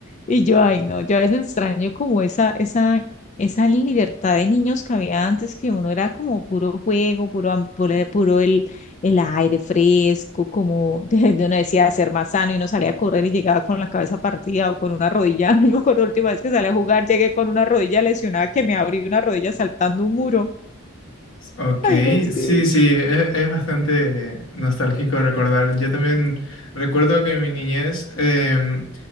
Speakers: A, on the left; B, on the left.
A: Y yo, ay, no, yo a veces extraño como esa, esa, esa libertad de niños que había antes, que uno era como puro juego, puro, am- puro,
B: <laughs>
A: puro el, el aire fresco, como <laughs> uno decía ser más sano y uno salía a correr y llegaba con la cabeza partida o con una rodilla. <laughs> Yo me acuerdo la última vez que salí a jugar, llegué con una rodilla lesionada que me abrí una rodilla saltando un muro.
B: Ok,
A: Ay, no, es que...
B: sí, sí, e- es, bastante nostálgico recordar. Yo también recuerdo que en mi niñez, em,